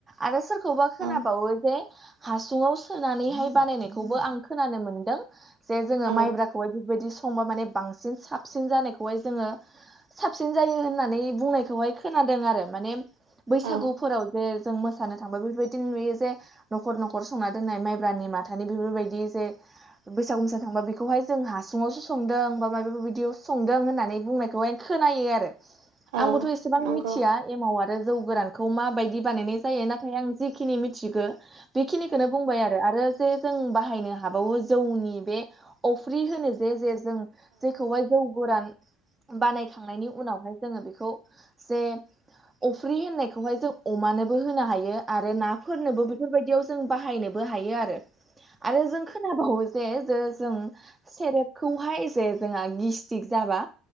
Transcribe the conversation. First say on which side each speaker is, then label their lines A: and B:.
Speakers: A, on the right; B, on the right.
A: आरो सोरखौबा खोना
B: औ
A: बो जे हासुाव सोनानैहाय बानायनायखौबो आं खोनानो मोनदों जे जोङो
B: औ
A: माइब्राखौहाय बेफोरबायदि संबा माने बांसिन साबसिन जानायखौहाय जोङो साबसिन जायो होननानै बुंनायखौहाय खोनादों आरो माने बैसागुफोराव
B: औ
A: जे जों मोसानो थांबा बेफोरबायदि नुयो जे न'खर न'खर संना दोननाय माइब्रानि माथानि बेफोरबायदि जे बैसागु मोसानो थांबा बेखौहाय जों हासुङावसो संदों बा माबे बिदियाव संदों होननानै बुंनाय खौहाय खोनायो आरो
B: औ
A: आंबोथ' एसेबां
B: नंगौ
A: मिथिया एमाव आरो जौ गोरानखौ माबायदि बानायनाय जायो ना थाय आं जिखिनि मिथिगौ बेखिनिखौनो बुंबाय आरो आरो जे जों बाहायनो हाबावो जौनि बे अफ्रि होनो जे जे जों जेखौहाय जौ गोरान बानायखांनायनि उनावहाय जोङो बेखौ जे अफ्रि होननायखौहाय जों अमानोबो होनो हायो आरो ना फोरनोबो बेफोरबायदियाव जों बाहायनोबो हायो आरो आरो जों खोनाबावो जे जे जों सेरेबखौहाय जे जोंहा गिस्टिक जाबा